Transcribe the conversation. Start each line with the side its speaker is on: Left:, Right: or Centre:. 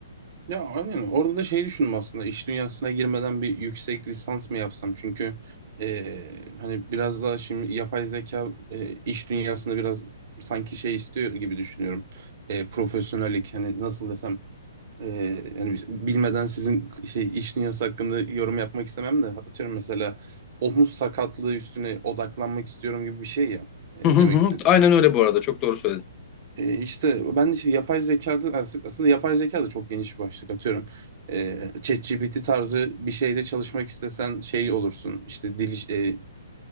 Right: Ya aynen orada da şey düşündüm aslında iş dünyasına girmeden bir yüksek lisans mı yapsam çünkü eee, hani biraz daha şimdi yapay zeka eee, iş dünyasında biraz sanki şey istiyor gibi düşünüyorum Eee profesyonellik hani nasıl desem eee hani bilmeden sizin şey iş dünyası hakkında yorum yapmak istemem de atıyorum mesela omuz sakatlığı üstüne odaklanmak istiyorum gibi bir şey ya Eee,
Left: Hı hı
Right: demek
Left: hı. Aynen öyle bu arada. Çok doğru söyledin.
Right: e, işte ben de işte yapay zekada as- aslında yapay zeka da çok geniş bir başlık atıyorum. E, ChatGPT tarzı bir şeyde çalışmak istesen şey olursun. İşte dil iş- e,